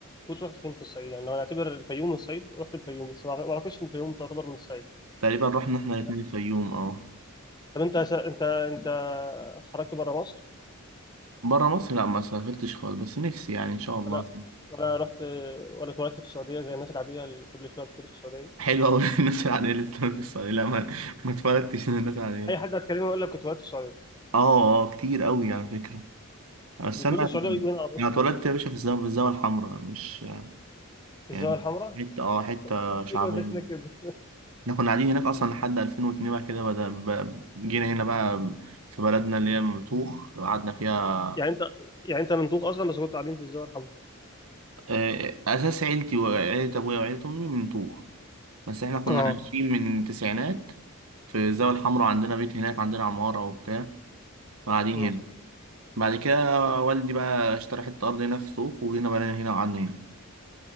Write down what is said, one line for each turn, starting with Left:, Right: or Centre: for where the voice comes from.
Left: كنت رحت فين في الصعيد يعني لو هنعتبر الفيوم من الصعيد رحت الفيوم بس ما أعتقد- ما اعتقدش ان الفيوم تعتبر من الصعيد
Right: تقريبا رحنا احنا
Left: يعني
Right: الاتنين الفيوم اه
Left: طب انت س- انت انت خرجت بره مصر
Right: برا مصر لا ما سافرتش خالص بس نفسي يعني إن شاء الله
Left: ولا ولا رحت ولا اتولدت في السعوديه زي الناس العاديه اللي كل شويه بتقول في السعوديه دي؟
Right: حلو أوي <laughs> الناس العادية اللي بتسافر في الصعيد لا ما ما اتولدتش من الناس العادية
Left: اي حد هتكلمه يقول لك كنت اتولدت في السعوديه
Right: اه اه كتير أوي على فكرة بس
Left: بيتولد
Right: أنا
Left: في السعوديه ويجوا هنا على طول
Right: أنا اتولدت يا باشا في الزاوية في الزاوية الحمراء مش
Left: في
Right: يعني
Left: الزاويه الحمراء
Right: حتة اه حتة
Left: <laughs>
Right: شعبية
Left: ايه اللي وداك هناك يا ابني؟
Right: احنا كنا قاعدين هناك اصلا لحد 2002 بعد كده بدأ بقى- جينا هنا بقى في بلدنا اللي هي مطوخ قعدنا فيها
Left: يعني انت يعني انت مندوب اصلا بس كنت قاعدين في الزاويه الحمراء
Right: آه، اساس عيلتي وعيلة ابويا وعيلة امي من طوخ بس احنا كنا
Left: اه
Right: عايشين من التسعينات في الزاوية الحمراء عندنا بيت هناك عندنا عمارة وبتاع قاعدين
Left: مم.
Right: هنا بعد كده والدي بقى اشترى حتة ارض هنا في طوخ وهنا بقى هنا وقعدنا هنا